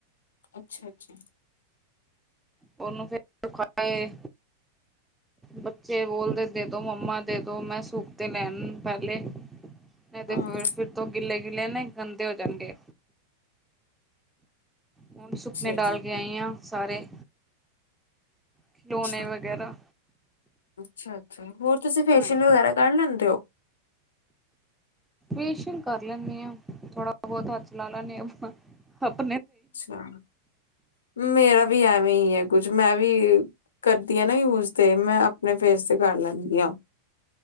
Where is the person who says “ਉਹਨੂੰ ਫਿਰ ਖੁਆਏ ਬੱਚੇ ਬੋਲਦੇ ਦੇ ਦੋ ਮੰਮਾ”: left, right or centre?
Centre